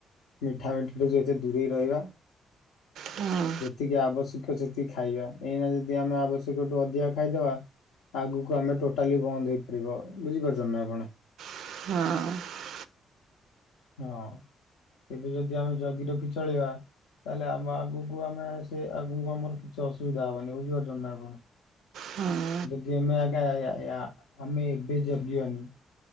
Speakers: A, on the left; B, on the right.
A: ମିଠାମିଠି ଠୁ ଯେତେ ଦୂରେଇ ରହିବା।
B: ହଁ
A: ଯେତିକି ଆବଶ୍ୟକ ସେତ କି ଖାଇବା। ଏଇନା ଯଦି ଆମେ ଆବଶ୍ୟକଠୁ ଅଧିକା ଖାଇଦବା ଆଗକୁ ଆମେ ଟୋଟାଲି ବନ୍ଦ ହେଇପାରିବ ବୁଝିପାରୁଛନ୍ତି ନା ଆପଣ?
B: ହଁ।
A: ହଁ ଏବେ ଯଦି ଆମେ ଜଗିରଖି ଚଳିବା। ତାହେଲେ ଆମେ ଆଗକୁ ଆମେ ସେ ଆଗକୁ ଆମର କିଛି ଅସୁବିଧା ହବନି ବୁଝିପାରୁଛ ନା ଆପଣ।
B: ହଁ
A: ଯଦି ଏମେ ଆଜ୍ଞା ଏ ଆ ଏ ଆ ଆମେ ଏବେ ଜଗିବାନି।